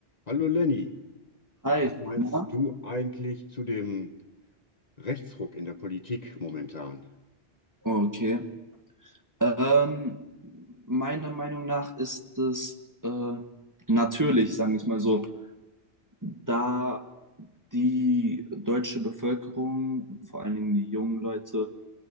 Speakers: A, on the left; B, on the right.
A: Hallo Lenny,
B: Hi,
A: was meinst
B: na?
A: du eigentlich zu dem Rechtsruck in der Politik momentan?
B: Okay. Ähm, meiner Meinung nach ist es äh, natürlich, sagen wir es mal so, da die deutsche Bevölkerung, vor allen Dingen die jungen Leute,